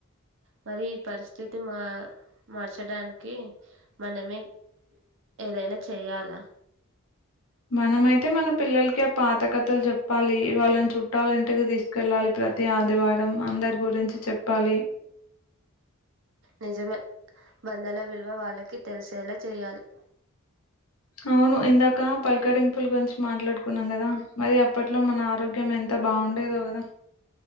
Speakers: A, on the right (about 60°); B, on the left (about 80°).
A: మరి ఈ పరిస్థితి మా మార్చడానికి మనమే ఏదైనా చెయ్యాలా
B: మనమైతే మన పిల్లలకి ఆ పాత కథలు చెప్పాలి వాళ్ళని చుట్టాల ఇంటికి తీసుకెళ్ళాలి ప్రతి ఆదివారం అందరి గురించి చెప్పాలి
A: నిజమే బందాల విల్వ వాళ్ళకి తెలిసేల చెయ్యాలి
B: అవును ఇందాక పలకరింపుల గురించి మాట్లాడుకున్నాం కదా మరి అప్పట్లో మన ఆరోగ్యం ఎంత బాగుండేదో కదా